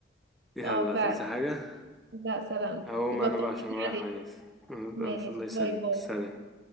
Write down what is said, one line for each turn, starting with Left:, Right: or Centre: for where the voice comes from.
Centre: يلا
Right: اه فعلا
Centre: هتقولي حاجة
Right: لا سلام
Centre: هقوم
Right: يبقى
Centre: انا
Right: طمني
Centre: بقى عشان ورايا
Right: عليك
Centre: حاجات
Right: ماشي
Centre: الله يسلمك
Right: باي باي
Centre: سلام